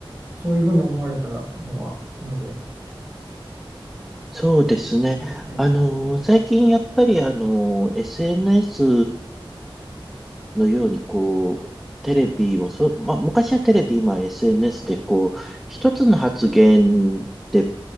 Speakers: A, on the right (about 25°); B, in the centre.
A: そういうふうに思われたのはなぜ、
B: そうですね。
A: ええ、
B: あの、最近やっぱりあの、SNS のようにこう、テレビもそう、まあ、昔はテレビ、今 SNS でこう、一つの発言で、